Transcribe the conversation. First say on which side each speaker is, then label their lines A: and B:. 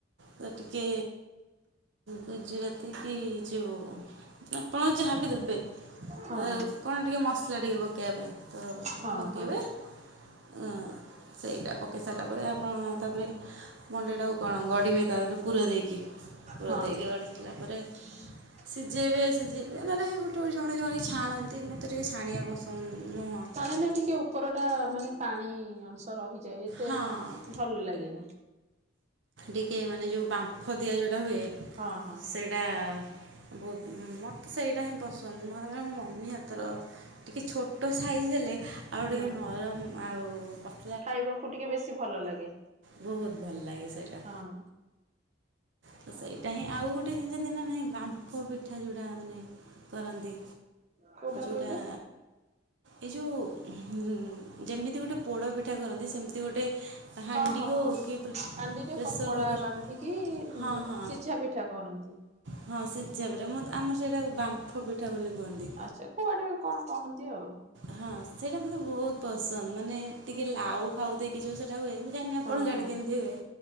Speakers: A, on the right; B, on the right.
A: ତ ଟିକେ ଗୁଜୁରାତି କି ଯୋଉ ଆପଣ ଯାହା ବି ଦେବେ ଏ
B: ହଁ
A: କଣ ଟିକେ ମସଲା ଟିକେ ପକେଇବା ପାଇଁ ତ
B: ହଁ
A: ପକାଇବେ
B: ହଁ।
A: ଅ ସେଇଟା ପକେଇ ସାରିଲା ପରେ ଆପଣ ତାପରେ ମଣ୍ଡାଟାକୁ କଣ ଗଢି଼ବେ ତାରେ ପୁର ଦେଇକି ପୁର
B: ହଁ
A: ଦେଇକି ଗଢ଼ି ସାରିଲା ପରେ
B: <inaudible>
A: ସିଜେଇବେ ସିଜେଇବେ ନାଁ ନାହିଁ ଗୋଟେ ଓ ଜଣେ ଜଣେ ଛାଣନ୍ତି ମତେ ଟିକେ ଛାଣିବା ପସନ୍ଦ ନୁହଁ।
B: ହେଲେ ଟିକେ ଉପରଟା ମାନେ ପାଣି ଅଂଶ ରହିଯାଏ ଏତେ
A: ହଁ
B: ଭଲ ଲାଗେନି।
A: ଟିକେ ମାନେ ଯୋଉ ବାମ୍ଫ ଦିଆ ଯୋଉଟା ହୁଏ
B: ହଁ ହଁ।
A: ଏଟା ବହୁତ ମତେ ସେଇଟା ହିଁ ପସନ୍ଦ ମୁଁ ହାବେ ମୋ ମମି ହାତର ଟିକେ ଛୋଟ ସାଇଜ୍ ହେଲେ ଆଉ
B: ହଁ
A: ଟିକେ ନରମ ଆଉ ପ
B: ଖାଇବାକୁ ଟିକେ ବେଶୀ ଭଲ ଲାଗେ।
A: ବହୁତ ଭଲ ଲାଗେ ସେଇଟା।
B: ହଁ
A: ତ ସେଇଟା ହିଁ ଆଉ ଗୋଟେ ଜାଣିଚନ୍ତି ନା ନାହିଁ ବାମ୍ଫ ପିଠା ଯୋଉଟା ମାନେ କରନ୍ତି?
B: କୋଉଟା
A: ଯୋଉଟା
B: କହିଲେ
A: ଏଇ ଯୋଉ ହୁଁ ଯେମିତି ଗୋଟେ ପୋଡ଼ପିଠା କରନ୍ତି ସେମିତି ଗୋଟେ ହାଣ୍ଡି
B: ହଁ ହଁ
A: ହଉ
B: ହଁ
A: କି
B: ହାଣ୍ଡିରେ
A: ପ୍ରେସର୍
B: କପଡ଼ା
A: କୁକର୍
B: ବାନ୍ଧିକି ଉମ
A: ହଁ
B: ଶି
A: ହଁ
B: ସିଝା ପିଠା କରନ୍ତି।
A: ହଁ ସିଝା ପିଠା ମ ଆମର ସେଇଟା ବାମ୍ଫ ପିଠା ବୋଲି କୁହନ୍ତି।
B: ଆଚ୍ଛା କୁଆଡେ କଣ କହନ୍ତି ଆଉ।
A: ହଁ ସେଇଟା ମୋତେ ବହୁତ ପସନ୍ଦ ମାନେ ଟିକେ ଲାଉ ଫାଉ ଦେଇକି ଯଉ ସେଇଟା ହୁଏ। ଜାଣିନି ଆପଣଙ୍କ
B: ହଁ
A: ଆଡେ
B: ହଁ।
A: କେମିତି ହୁଏ